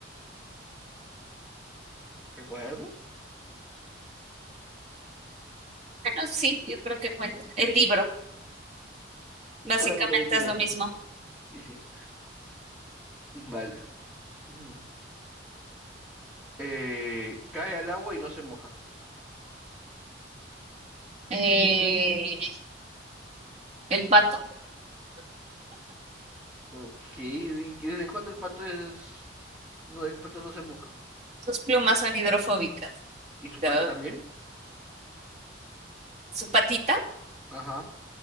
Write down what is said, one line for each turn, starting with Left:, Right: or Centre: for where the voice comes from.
Centre: ¿El cuaderno?
Right: Bueno, sí, yo creo que cuenta. El libro,
Centre: El
Right: básicamente
Centre: cuaderno también tiene
Right: es lo
Centre: hojas.
Right: mismo.
Centre: Y sí. Vale. Ujú. Eh, cae al agua y no se moja.
Right: Eh, el pato,
Centre: Ok. ¿Y ¿Desde cuándo el pato es...? No, el pato no se moja.
Right: sus plumas son hidrofóbicas.
Centre: ¿Y su
Right: Duh.
Centre: pata también?
Right: ¿Su patita?
Centre: Ajá.